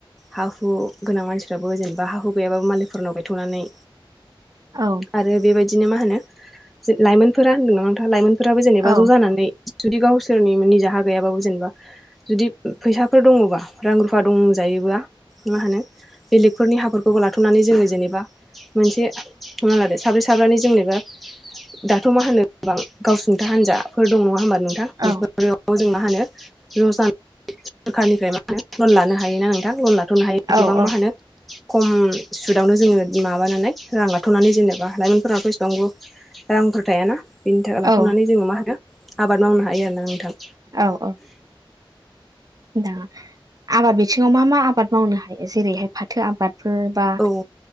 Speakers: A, in the centre; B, on the right.
A: हा हु गोनां मानसिफ्राबो जेनेबा हा हु गैयाबाबो मालायफोरनाव गायथ'नानै
B: औ
A: आरो बेबायदिनो मा होनो जे लाइमोनफोरा होनदों नोंथा नङा लाइमोन फोराबो जेनेबा
B: औ
A: ज' जानानै जुदि गावसोरनि निजाहा गैयाबाबो जेनेबा जुदि फैसाफोर दङबा रां रुफा दंजायोबा मा होनो बेलेगफोरनि हाफोरखौबो लाथ'नानै जोङो जेनेबा मोनसे हमना लादो साब्रै साब्रानि जेनेबा दाथ' मा होनो गोबां गावसुंथा हान्जाफोर दं नङा होमबा नोंथां बेफोराव
B: औ
A: जोंना मा होनो र' जानाय सोरखारनिफ्राय मा होनो लन लानो हायोना नोंथां लन लानो हायो
B: औ
A: गोबां मा होनो खम सुदावनो जोङो माबानानै रां लाथ'नानै जेनेबा लाइमोनफोराथ' इसेबांबो रांफोर थायाना बिनि थाखाय
B: औ
A: लाथ'नानै जोङो मा होनो आबाद मावनो हायो आरोना नोंथां।
B: औ औ दा आबाद बिथिङाव मा मा आबाद मावनो हायो जेरैहाय फाथो आबाद। फोर बा
A: औ